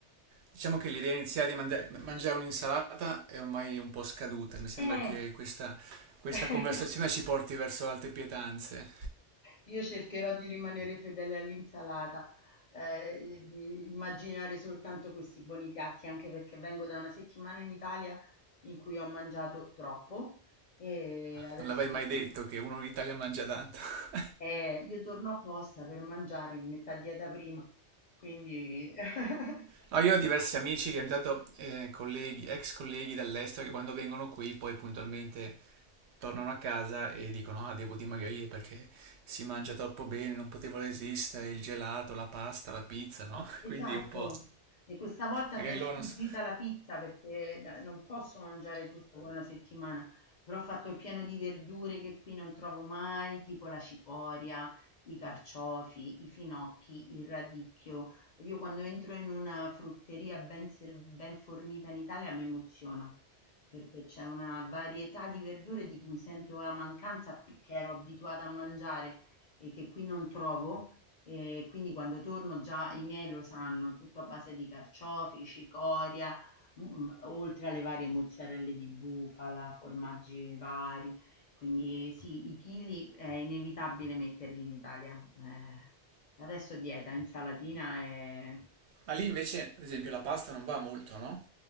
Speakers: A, on the right (about 75°); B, on the left (about 50°).
A: Diciamo che l'idea iniziale di manda- mangiare un'insalata è ormai un po' scaduta, mi sembra
B: Eh!
A: che questa, questa
B: <laughs>
A: conversazione ci porti verso altre pietanze.
B: Io cercherò di rimanere fedele all'insalata, ehm, di immaginare soltanto questi buoni piatti, anche perché vengo da una settimana in Italia in cui ho mangiato troppo e adesso
A: Non l'avrei
B: che
A: mai
B: siamo
A: detto che uno in Italia mangia tanto. <laughs>
B: eh, io torno apposta per mangiare, mi metto a dieta prima, quindi <laughs>
A: No, io ho diversi amici che ogni tanto, eh, colleghi, ex colleghi dall'estero, che quando vengono qui poi puntualmente tornano a casa e dicono ah, devo dimagrire perché si mangia troppo bene, non potevo resistere, il gelato, la pasta, la pizza, no? <laughs>
B: Esatto.
A: Quindi un po'...
B: E questa volta
A: Magari
B: mi è sfuggita
A: loro non... s-
B: la pizza perché da- non posso mangiare tutto con una settimana, però ho fatto il pieno di verdure che qui non trovo mai, tipo la cicoria, i carciofi, i finocchi, il radicchio. Io quando entro in una frutteria ben, ser- ben fornita in Italia mi emoziono perché c'è una varietà di verdure di cui sento la mancanza qui- che ero abituata a mangiare e che qui non trovo. Ehm, quindi quando torno già i miei lo sanno, tutto a base di carciofi, cicoria, mhmm, oltre alle varie mozzarelle di bufala, formaggi vari. Quindi sì, i chili è inevitabile metterli in Italia. Eh, adesso dieta, insalatina e
A: Ma lì invece, ad esempio, la pasta non va molto, no?